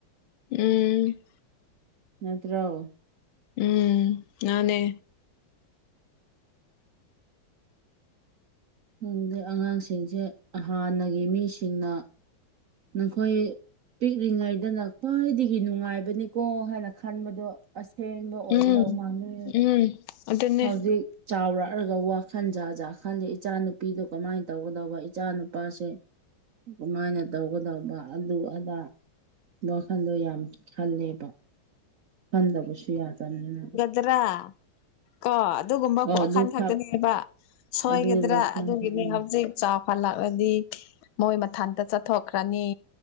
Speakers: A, on the left; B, on the right.
A: ꯎꯝ
B: ꯅꯠꯇ꯭ꯔꯣ
A: ꯎꯝ ꯃꯥꯅꯦ
B: ꯈꯪꯗꯦ ꯑꯉꯥꯡꯁꯤꯡꯁꯦ ꯍꯥꯟꯅꯒꯤ ꯃꯤꯁꯤꯡꯅ ꯅꯈꯣꯏ ꯄꯤꯛꯂꯤꯉꯩꯗꯅ ꯈ꯭ꯋꯥꯏꯗꯒꯤ ꯅꯨꯡꯉꯥꯏꯕꯅꯤꯀꯣ ꯍꯥꯏꯅ ꯈꯟꯕꯗꯣ ꯑꯁꯦꯡꯕ ꯑꯣꯏꯒꯗꯧ
A: ꯎꯝ
B: ꯃꯥꯥꯟꯂꯦ
A: ꯎꯝ ꯑꯗꯨꯅꯦ
B: ꯍꯧꯖꯤꯛ ꯆꯥꯎꯔꯛꯑꯔꯒ ꯋꯥꯈꯜ ꯖꯥ ꯖꯥꯠ ꯈꯟꯂꯦ ꯏꯆꯥꯅꯨꯄꯤꯗꯣ ꯀꯃꯥꯏꯟ ꯇꯧꯒꯗꯧꯕ ꯏꯆꯥ ꯅꯨꯨꯄꯥꯁꯨ ꯀꯨꯃꯥꯏꯅ ꯇꯧꯒꯗꯧꯕ ꯑꯗꯨ ꯑꯗꯥ ꯋꯥꯈꯜꯗꯣ ꯌꯥꯝ ꯈꯜꯂꯦꯕ ꯈꯟꯗꯥꯕꯁꯨ ꯌꯥꯗꯕꯅꯤꯅ
A: ꯎꯗ꯭ꯔꯥ <inaudible> ꯀꯣ ꯑꯗꯨꯒꯨꯝꯕ
B: ꯑꯣ
A: ꯋꯥꯈꯜ
B: ꯑꯗꯨꯈꯛ
A: ꯈꯛꯇꯅꯦꯕ ꯁꯣꯏꯒꯗ꯭ꯔꯥ
B: ꯑꯗꯨ ꯋꯥꯈꯜ
A: ꯑꯗꯨꯒꯤꯅꯦ
B: ꯈꯛꯅꯦ
A: ꯍꯧꯖꯤꯛ ꯆꯥꯎꯈꯠꯂꯛꯂꯥꯗꯤ ꯃꯣꯏ ꯃꯊꯟꯇ ꯆꯠꯊꯣꯛꯈ꯭ꯔꯅꯤ